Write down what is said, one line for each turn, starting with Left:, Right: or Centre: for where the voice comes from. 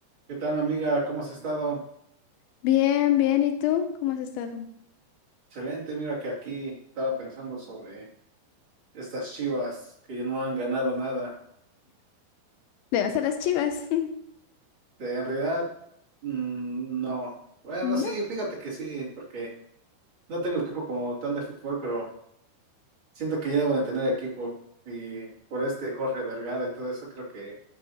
Right: ¿Qué tal, amiga? ¿Cómo has estado?
Left: Bien, bien. ¿Y tú? ¿Cómo has estado?
Right: Excelente, mira que aquí estaba pensando sobre estas Chivas que ya no han ganado nada.
Left: ¿Le vas a las Chivas? <laughs>
Right: Este, En realidad, mm, no. Bueno,
Left: No.
Right: sí, fíjate que sí, porque no tengo equipo como tan de fútbol, pero siento que ya deben de tener equipo. Y por este Jorge Vergara y todo eso, creo que